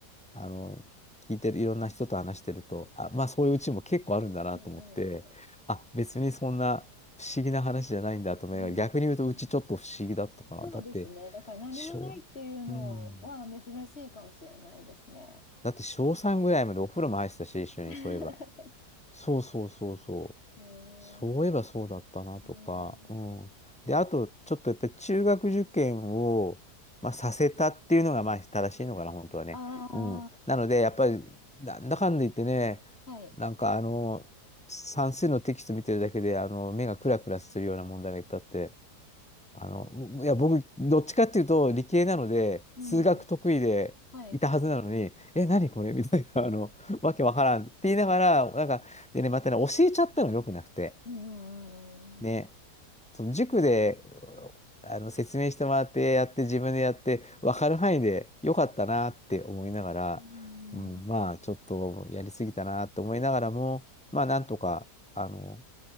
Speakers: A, in the centre; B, on the left.
A: あの、聞いてる、いろんな人と話してると、あ、まあそういううちも結構あるんだなと思って、
B: はいはいはい
A: あ、別にそんな不思議な話じゃないんだと思いながら、
B: うん、
A: 逆に言うとうちちょっと不思議だったかな。
B: うんそうですね。
A: だって、
B: だから何もないっていうのは珍しいかもしれないですね。
A: 小、うん。だって小3ぐらいまでお風呂も入ってたし、一緒に、
B: <laughs>
A: そういえば。そうそうそうそう。
B: ねえ。
A: そういえばそうだったなとか、
B: うん
A: うん。で、あと、ちょっとやっぱり中学受験を、まあ、させたっていうのが、まあ、正しいのかな、本当はね。
B: あ
A: うん。なので、やっぱり、なんだかんだ言ってね、
B: あ、はい。
A: なんか、あの、算数のテキスト見てるだけで、あの、目がクラクラするような問題がいっぱいあって、あの、いや、僕、どっちかっていうと、理系なので、
B: うん。
A: 数学得意でいたはずなのに、
B: はいはい。
A: え、何これみたいな、あの、わけわからんって言いながら、なんか、でね、またね、教えちゃったのよくなくて。
B: うんうんうん
A: ね、その塾であの説明してもらってやって自分でやって分かる範囲でよかったなって思いながら、
B: うん。
A: うん、まあちょっとやりすぎたなって思いながらもまあなんとかあの